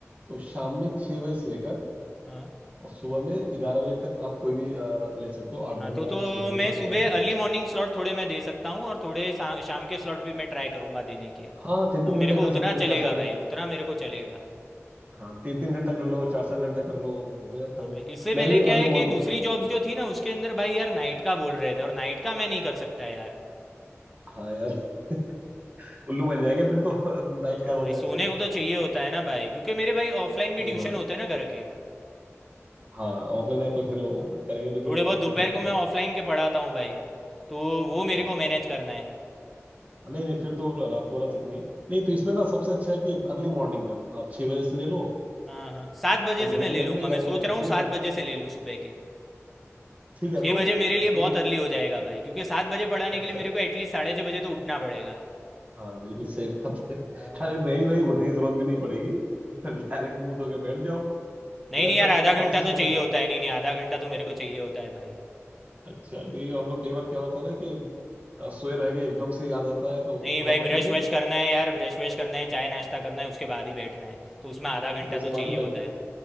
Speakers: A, on the right; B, in the centre.
A: तो शाम में छह बजे से लेकर
B: हाँ
A: और सुबह में ग्यारह बजे तक आप कोई भी अ, ले सकते हो आठ घंटा
B: हाँ तो तो
A: छह घंटा
B: मैं सुबह
A: चार घंटा
B: अर्ली मॉर्निंग स्लॉट थोड़े मैं दे सकता हूँ और थोड़े शा, शाम के स्लॉट भी मैं ट्राई करूँगा देने के
A: हाँ तीन तीन
B: हाँ
A: घंटा
B: मेरे को
A: कर
B: उतना
A: सकते हैं
B: चलेगा
A: चार चार घंटा
B: भाई उतना मेरे को चलेगा
A: हाँ तीन तीन घंटा कर लो चार चार घंटा कर लो तो हो जाता
B: हाँ
A: हो
B: भाई इससे पहले
A: मैं भी
B: क्या
A: अर्ली
B: है कि
A: मॉर्निंग
B: दूसरी
A: ही करता
B: जॉब्स
A: हूँ
B: जो थी ना उसके अंदर भाई यार नाइट का बोल रहे थे और नाइट का मैं नहीं कर सकता यार
A: हाँ यार <laughs> उल्लू बन जाएंगे फिर तो <laughs> नाइट
B: हाँ
A: का हो
B: भाई
A: जाए
B: सोने
A: फिर तो
B: को तो चाहिए होता है ना भाई क्योंकि मेरे भाई ऑफलाइन भी
A: सही
B: ट्यूशन
A: बात
B: होते
A: है
B: हैं ना घर के
A: हाँ ऑफलाइन है तो फिर वो
B: हाँ।
A: करेंगे तो
B: थोड़े
A: फिर ऑफलाइन
B: बहुत दोपहर
A: कब
B: को
A: करेंगे
B: मैं ऑफलाइन के पढ़ाता हूँ भाई तो वो
A: हाँ
B: मेरे को मैनेज करना है
A: नहीं नहीं फिर तो रात वाला ठीक नहीं नहीं तो इसमें ना सबसे अच्छा है कि अर्ली मॉर्निंग का आप छह बजे से ले लो
B: हाँ हाँ सात बजे
A: पाँच
B: से मैं
A: घंटे
B: ले
A: का ले
B: लूँगा
A: लो
B: मैं
A: ग्यारह
B: सोच
A: बजे तक
B: रहा
A: फ्री
B: हूँ
A: हो
B: सात
A: जाओ
B: बजे से ले लूँ सुबह के
A: ठीक है
B: छः
A: तो
B: बजे मेरे
A: अ,
B: लिए
A: कोई
B: बहुत
A: नहीं
B: अर्ली हो जाएगा भाई क्योंकि सात बजे पढ़ाने
A: अच्छा
B: के लिए मेरे को एटलीस्ट साढ़े छः बजे तो उठना पड़ेगा
A: हाँ बिल्कुल सही बात है
B: हाँ भाई
A: अरे नहीं भाई उठने की जरूरत भी नहीं पड़ेगी डायरेक्ट मुंह धो के बैठ जाओ
B: नहीं
A: लैपटॉप
B: नहीं यार आधा
A: के पास
B: घंटा
A: ही सो
B: तो चाहिए
A: जाओ
B: होता है नहीं नहीं आधा घंटा तो मेरे को चाहिए होता है भाई
A: अच्छा नहीं हम लोग कई बार क्या होता है ना कि अ, सोए रह गए एकदम से याद आता है तो
B: नहीं
A: फटाफट
B: भाई ब्रश
A: उठे
B: वश करना है यार ब्रश वश करना है चाय नाश्ता करना है उसके बाद ही बैठना है तो उसमें आधा
A: अच्छा
B: घंटा
A: उसके
B: तो
A: बाद
B: चाहिए
A: ही बैठते
B: होता है